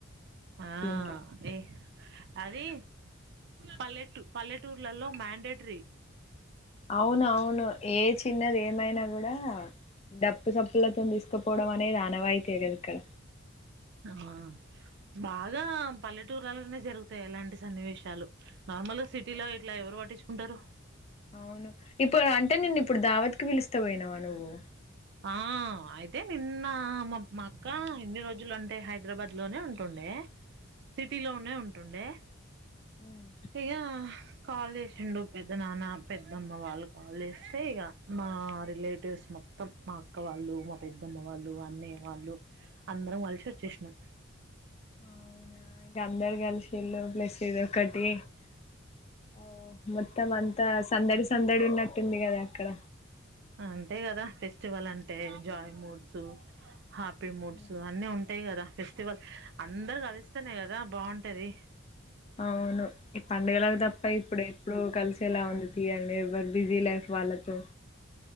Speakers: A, on the right; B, on the left.
A: ఆ
B: అంట
A: ఏ అది పల్లెటూ పల్లెటూర్లలో మేండేటరీ
B: అవును అవును ఏ చిన్నది ఏమైనా కూడా డప్పు సప్పులతో తీసు పపోవడం అనేది అనవాయితీ కదే ఇక్కడ
A: ఆ బాగా పల్లెటూర్లలోనే జరుగుతాయి ఇలాంటి సన్నివేశ్ చాలు నార్మల్ గా సీట్ తిల్లా ఇట్లా ఎవరు పట్టిచుకుంటారు
B: అవును ఇప్పుడు అంటే నిన్ను ఇప్పుడు ధావతికి పిలుస్తే పోయినావా నువ్వు
A: ఆ అయితే నిన్న మ మా అక్క ఇన్ని రోజులు అంటే హైదరాబాద్ లోనే ఉంటుండే. సిటీ లోనే ఉంటుండే
B: మ్మ్
A: హిగా కాల్ చేసిండు పెద్ద నాన్న, పెద్దమ్మ వాళ్ళు కాల్ చేస్తే ఇగ మా రిలేటివ్స్ మొ త్తం మా అక్క వాళ్ళు, మా పెద్దమ్మ వాళ్ళు, అన్నయ్య వాళ్ళు అందరం కలిసి వచ్చేసినాం.
B: అవునా ఇంకా అందరు కలిసిళ్లు ప్లస్ ఇది ఒకటి ఓ మొత్తం అంతా సందడి సందడి ఉన్నట్టుంది కదా అక్కడ.
A: అంతే కదా ఫెస్టివల్ అంటే joy moods happy moods
B: um.
A: అన్ని ఉం టయి కదా ఫెస్టివల్ అందరు కలిస్తేనే కదా బాగుంటది
B: అవును ఈ పండుగలకు తప్ప ఇప్పుడు ఎప్పుడు కలిసేలా ఉంది తీ అండి వ్వరి బిజీ లైఫ్ వాళ్ళతో